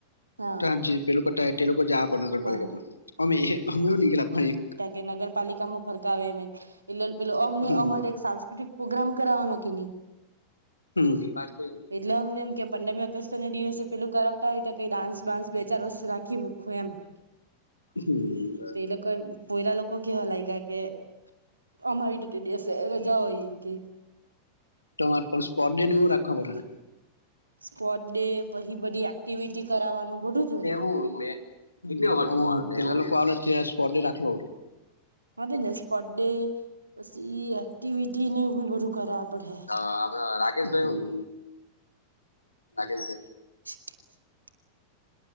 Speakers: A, on the right; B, on the left.
A: હા.
B: ત્યાં જે એલોકા ત્યાં તે લોકો જાઆપ નગરપાલિકામાં,
A: હા
B: અમે એ અમે નિગેલા ભાઈ
A: જે નગરપાલિકામાં ફરતા હોય એમ એક, એટલે અમને
B: હમ હમ
A: અમારે એક સાંસ્કૃતિક પ્રોગ્રામ કરાવાના કે ની
B: હમ
A: એટલે અમને એમ કે પંદરમી ઓગસ્ટના દિવસે પેલું કરવતા હોય તો, કઈ ડાન્સ બાન્સ બે ચાર વર્ષ રાખી મૂકહે એમ.
B: હમ્મ
A: તે લોકો પઈરા લોકો કહેવા લાગ્યા કે. અમારી તો ટે દિવસે રજા હોય એમ કે
B: તમાર પણ સ્પર્ડે નેવું રાખવા પડે હે ને
A: સ્પોર્ટ ડે પછી બધી એક્ટિવિટી કરાવવાનું બધું જ વરી
B: ઓ મે <inaudible>
A: હ તે જ નેે સ્પટડે પસી એક્ટિવિટી ને એ બી બધું કરવા પડહે
B: અ આપડ રાકેશભાઈ હું રાકેશભાઈ
A: <inaudible>